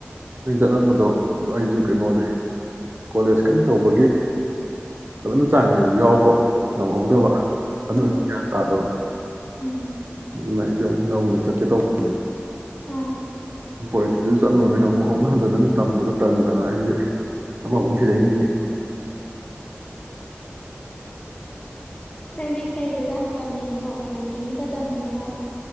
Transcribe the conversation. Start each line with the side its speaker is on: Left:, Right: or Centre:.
Right: ꯑꯩꯅ ꯆꯠꯂꯝꯕꯗꯣ ꯑꯗꯨ ꯑꯩꯁꯨ ꯀꯩꯅꯣꯁꯦ ꯀꯣꯂꯦꯖ ꯀꯟꯅ ꯇꯧꯕꯒꯤ ꯐꯖꯅ ꯆꯥꯡ ꯅꯥꯏ ꯌꯥꯎꯕ ꯉꯝꯍꯧꯗꯕ ꯑꯗꯨ
Left: ꯎꯝ
Right: ꯀꯌꯥꯟ ꯇꯥꯗꯕ
Left: ꯎꯝ
Right: ꯑꯗꯨꯅ ꯑꯩꯁꯨꯧ ꯅꯧꯅ ꯆꯠꯀꯦ ꯇꯧꯕꯅꯤꯅ
Left: ꯑꯥ
Right: ꯄꯣꯇꯤꯛꯇꯁꯨ ꯆꯠꯂꯨꯔꯕꯅꯤꯅ ꯑꯃꯨꯛ ꯑꯃꯨꯛ ꯍꯟꯖꯤꯟ ꯅ ꯇꯝꯕꯗꯣ ꯇꯜꯂꯅ ꯑꯩꯁꯦ ꯑꯃꯃꯨꯛ ꯊꯤꯔꯛꯏꯅꯤꯅꯦ
Left: ꯅꯪꯗꯤ ꯀꯩꯗ ꯇꯝꯅꯤꯡꯉꯤꯅꯣ ꯕꯦꯡꯀꯤꯡꯒꯤꯗ ꯇꯝꯅꯤꯡꯉꯤꯔꯣ